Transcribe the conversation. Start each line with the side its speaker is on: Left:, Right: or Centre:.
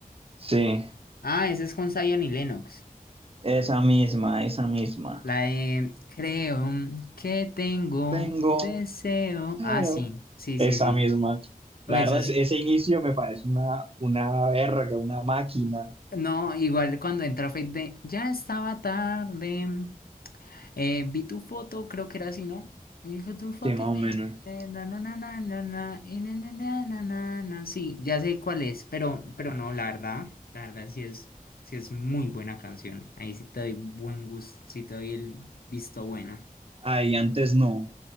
Right: Sí,
Left: Ah, esa es con Zion y Lennox.
Right: esa misma, esa misma.
Left: La de Creo que tengo
Right: Tengo
Left: deseo.
Right: feo.
Left: Ah, sí, sí,
Right: Esa
Left: sí, sí.
Right: misma.
Left: Uy,
Right: La verdad,
Left: eso es.
Right: es- ese inicio me parece una, una verga, una máquina.
Left: No, igual cuando entra Fate de Ya estaba tarde. Eh, vi tu foto, creo que era así, ¿no? Vi fo- tu foto
Right: Sí, más
Left: y
Right: o
Left: me...
Right: menos.
Left: eh, na, na, na, na, na, na, y na, na, na, na, na, na. Sí, ya sé cuál es, pero, pero no, la verdad, la verdad sí es, sí es muy buena canción. Ahí sí te doy buen gusto, sí te doy el visto bueno.
Right: Ay, antes no.